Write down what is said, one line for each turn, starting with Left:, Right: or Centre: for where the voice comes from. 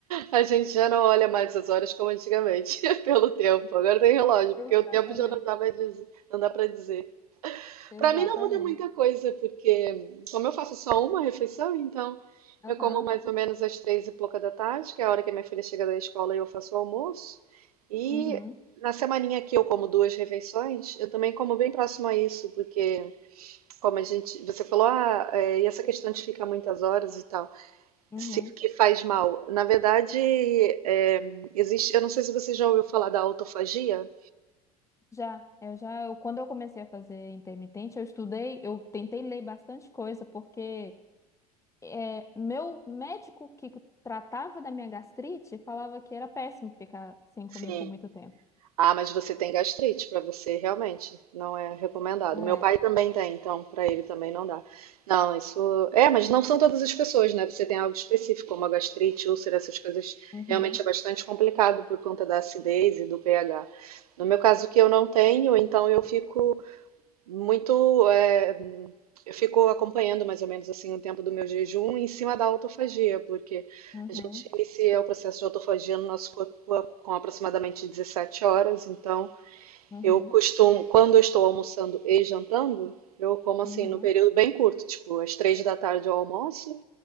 Right: a gente já não olha mais as horas como antigamente, <laughs> pelo tempo. Agora tem relógio, porque
Left: Exatamente,
Right: o tempo já não dá mais, diz- não dá para dizer.
Left: exatamente.
Right: Para mim não muda muita coisa, porque como eu faço só uma refeição, então
Left: Aham,
Right: eu como mais ou menos às três e pouca da tarde, que é a hora que a minha filha chega da escola e eu faço o almoço. E
Left: uhum,
Right: na semaninha que eu como duas refeições, eu também como bem próximo a isso, porque como a gente, você falou, ah, é, e essa questão de ficar muitas horas e tal,
Left: uhum.
Right: se, que faz mal. Na verdade, é, existe, eu não sei se você já ouviu falar da autofagia.
Left: Já, eu já, eu, quando eu comecei a fazer intermitente, eu estudei, eu tentei ler bastante coisa, porque é, meu médico que tratava da minha gastrite falava que era péssimo ficar sem
Right: Sim.
Left: comer por muito tempo.
Right: Ah, mas você tem gastrite para você, realmente, não é recomendado.
Left: É,
Right: Meu pai também tem, então para ele também não dá. Não, isso. É, mas não são todas as pessoas, né? Você tem algo específico, como a gastrite, úlcera, essas coisas,
Left: uhum,
Right: realmente é bastante complicado por conta da acidez e do pH. No meu caso, que eu não tenho, então eu fico muito. é, eu fico acompanhando mais ou menos assim o tempo do meu jejum em cima da autofagia, porque
Left: uhum,
Right: a gente inicia o processo de autofagia no nosso corpo com aproximadamente 17 horas. Então,
Left: uhum,
Right: eu costumo, quando eu estou almoçando e jantando, eu como assim
Left: uhum,
Right: no período bem curto, tipo às 3 da tarde eu almoço